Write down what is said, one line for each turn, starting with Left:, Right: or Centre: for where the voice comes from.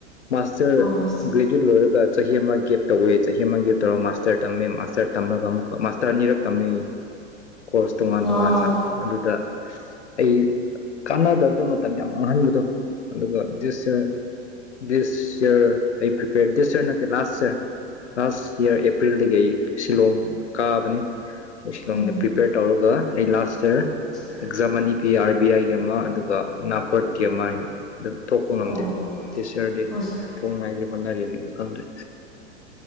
Left: ꯃꯥꯁꯇꯔ
Centre: ꯑꯣ
Left: ꯒ꯭ꯔꯦꯖꯨꯋꯦꯠ ꯂꯣꯏꯔꯒ ꯆꯍꯤ ꯑꯃ ꯒꯦꯞ ꯇꯧꯋꯦ ꯆꯍꯤ ꯑꯃ ꯒꯦꯞ ꯇꯧꯔꯒ ꯃꯥꯁꯇꯔ ꯇꯝꯃꯦ ꯃꯥꯁꯇꯔ ꯇꯝꯔꯒ ꯑꯃꯨꯛꯀ ꯃꯥꯁꯇꯔ ꯑꯅꯤꯔꯛ ꯇꯝꯃꯦ ꯀꯣꯔꯁ ꯇꯣꯉꯥꯟ
Centre: ꯋꯥꯎ
Left: ꯇꯣꯉꯥꯟꯅ ꯑꯗꯨꯗ ꯑꯩ ꯀꯥꯟꯅꯗꯕꯗ ꯃꯇꯝ ꯌꯥꯝ ꯃꯥꯡꯍꯟꯕꯗꯣ ꯑꯗꯨꯒ ꯗꯤꯁ ꯌꯔ ꯗꯤꯁ ꯌꯔ ꯑꯩ ꯄ꯭ꯔꯤꯄꯦꯌꯔ ꯗꯤꯁ ꯌꯔ ꯅꯠꯇꯦ ꯂꯥꯁ ꯌꯔ ꯂꯥꯁ ꯏꯌꯥꯔ ꯑꯦꯄ꯭ꯔꯤꯜꯗꯒꯤ ꯑꯩ ꯁꯤꯂꯣꯡ ꯀꯥꯕꯅꯤ ꯁꯤꯂꯣꯡꯗ
Centre: ꯎꯝ
Left: ꯄ꯭ꯔꯤꯄꯦꯌꯔ ꯇꯧꯔꯒ ꯑꯩ ꯂꯥꯁ ꯏꯌꯔ
Centre: ꯏꯌꯥꯔ
Left: ꯑꯦꯛꯖꯥꯝ ꯑꯅꯤ ꯄꯤ ꯑꯥꯔ ꯕꯤ ꯑꯥꯏ ꯒꯤ ꯑꯃ ꯑꯗꯨꯒ ꯅꯥꯄꯔꯠꯀꯤ ꯑꯃ ꯍꯥꯏꯅ ꯑꯗꯨ ꯊꯣꯛꯄ ꯉꯝꯗꯦ
Centre: ꯑꯣ
Left: ꯗꯤꯁ ꯌꯔꯗꯤ
Centre: ꯑꯠꯆꯥ
Left: ꯊꯣꯡꯅꯤꯉꯥꯏꯗꯤ ꯍꯣꯠꯅꯔꯤꯝꯅꯦ ꯑꯗꯨ ꯈꯪꯗ꯭ꯔꯦ